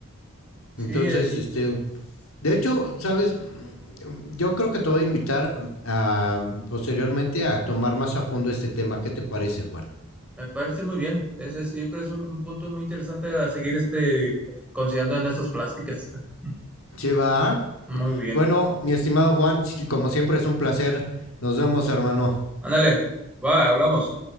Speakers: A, in the centre; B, on the left.
A: Sí,
B: Entonces,
A: eh, y,
B: este, de hecho, ¿sabes? yo creo que te voy a invitar um, a, posteriormente a tomar más a fondo este tema. ¿Qué te parece, Juan?
A: Me parece muy bien. Es, es- yo creo que es un, un punto muy interesante a seguir este, considerando en estas plásticas. <laughs>
B: Sí, va.
A: Muy bien.
B: Bueno, mi estimado Juan, sí, como siempre es un placer. Nos vemos, hermano.
A: Ándale, va, hablamos.